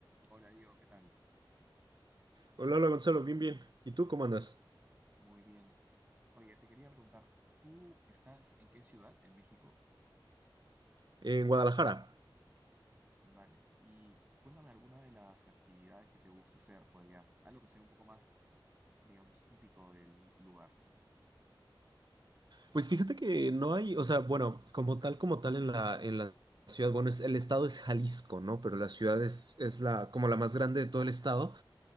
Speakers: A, on the right (about 20°); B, on the right (about 55°).
A: Hola Diego, ¿qué tal?
B: Hola, hola Gonzalo, bien, bien. ¿Y tú cómo andas?
A: Muy bien. Oye, te quería preguntar, ¿tú estás en qué ciudad? ¿En México?
B: En Guadalajara.
A: Vale. Y cuéntame alguna de las actividades que te gusta hacer por allá. Algo que sea un poco más, digamos, típico del lugar.
B: Pues fíjate que no hay, o sea, bueno, como tal, como tal en la, en la ciudad, bueno, es, el estado es Jalisco, ¿no? Pero la ciudad es, es la, como la más grande de todo el estado.